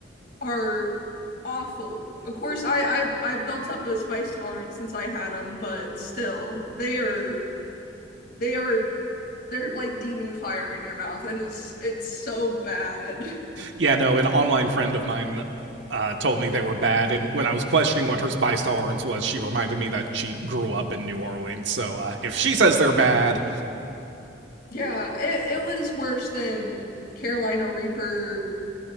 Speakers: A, on the left; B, on the right.
A: are awful. Of course, I, I've I've built up a spice tolerance since I had them, but still, they are they are they're like demon fire in your mouth. It is it's so bad.
B: Yeah, no, an online friend of mine uh, told me they were bad, and when I was questioning what her spice tolerance was, she reminded me that she grew up in New Orleans. So uh, if she says they're bad,
A: Yeah, it, it was worse than Carolina Reaper